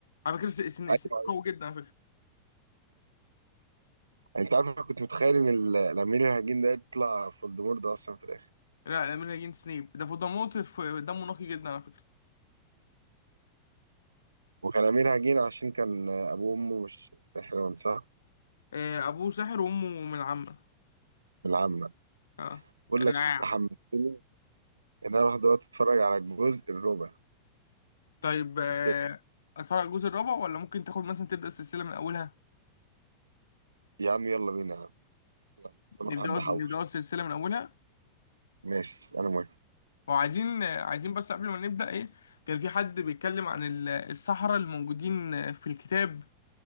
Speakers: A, on the left; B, on the right.
A: على فكرة س- سن-
B: ايوه
A: سنيب
B: ايوه
A: قوي جدا على فكرة
B: انت عارف انا كنت متخيل ان ال- الامير الهجين ده يطلع فولدمورت ده اصلا في الاخر
A: لا الامير الهجين سنيب ده فولدمورت ف- دمه نقي جدا على فكرة
B: وكان امير هجين عشان كان ابوه وامه مش ساحران صح
A: آه، ابوه ساحر وامه من العمة
B: من العامه
A: اه
B: بقول
A: رائع
B: لك انت حمستني ان انا اروح دلوقتي اتفرج على الجزء الرابع
A: طيب آه،
B: من تاني.
A: اتفرج على الجزء الرابع ولا ممكن تاخد مثلا تبدا السلسله من اولها
B: يا عم يلا بينا يا عم يلا عشان
A: نبدا
B: أنا حد حوش
A: نبدا السلسله من اولها
B: ماشي انا موافق
A: وعايزين آه، عايزين بس قبل ما نبدا ايه كان في حد بيتكلم عن ال- السحرة الموجودين آه، في الكتاب